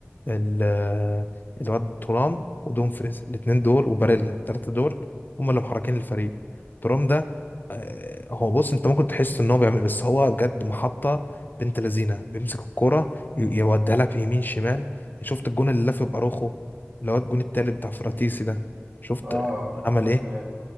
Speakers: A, on the left; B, on the right.
A: ال- الواد ترام ودومفريز الاتنين دول وباريلا التلاتة دول هم اللي محركين الفريق ترام ده آه، هو بص انت ممكن تحس ان هو بيعمل بس هو بجد محطة بنت لذينة بيمسك الكرة ي- يوديها لك في يمين شمال شفت الجون اللي لف باروخو اللي هو الجون التالت بتاع فراتيسي ده شفت
B: اه
A: عمل
B: اخدت
A: ايه
B: بالي